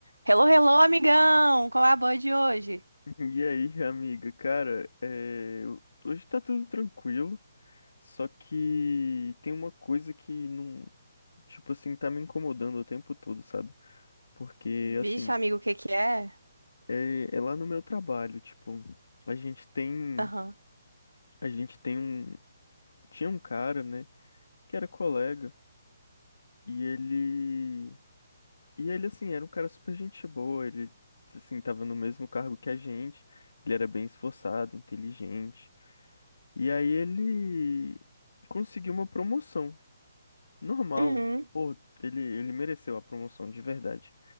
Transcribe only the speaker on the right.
Hello, hello, amigão! Qual é a boa de hoje?
Vixe,
amigo, o que que é?
Aham.
Uhum.